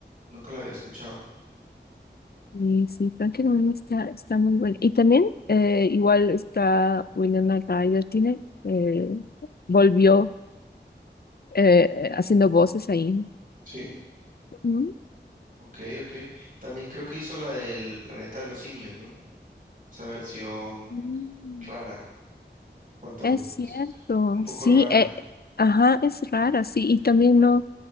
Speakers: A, on the right; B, on the left.
A: nunca la había escuchado.
B: Y sí, Frankenstein está, está muy bueno. Y también eh, igual está Winona Ryder, tiene, eh, volvió eh, haciendo voces ahí.
A: Sí,
B: Ujú.
A: ok, ok. También creo que hizo la del Planeta de los Simios, ¿no? Esa versión
B: Mm.
A: rara, cuanto
B: Es
A: menos.
B: cierto,
A: Un poco
B: sí,
A: rara.
B: eh, ajá, es rara, sí, y también no,